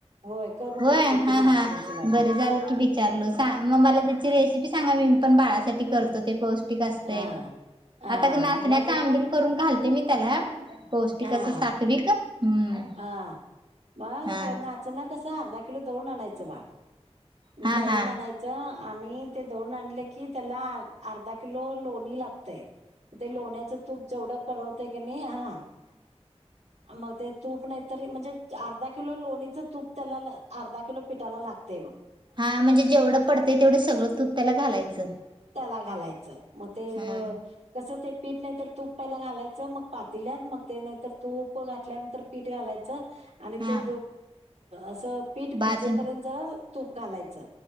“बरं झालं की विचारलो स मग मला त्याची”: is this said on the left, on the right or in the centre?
Right